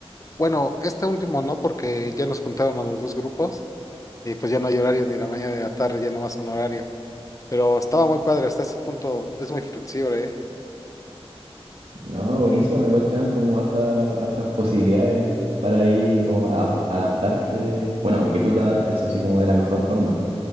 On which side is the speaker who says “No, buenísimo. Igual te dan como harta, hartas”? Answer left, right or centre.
Right